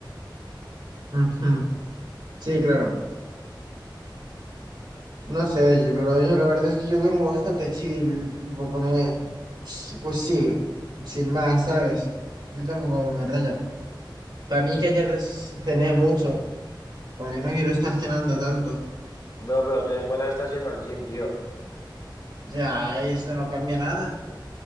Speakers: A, on the right; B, on the left.
A: Ujú. Sí, claro. No sé, yo- pero yo la verdad es que yo duermo bastante chill. Tipo, como Pues sí, sin más, ¿sabes? Yo tampoco me raya. Para mí que ayer des- cené mucho, porque no quiero estar cenando tanto.
B: Bro, pero ten en cuenta que estás yendo al gym, tío.
A: Ya, eso no cambia nada.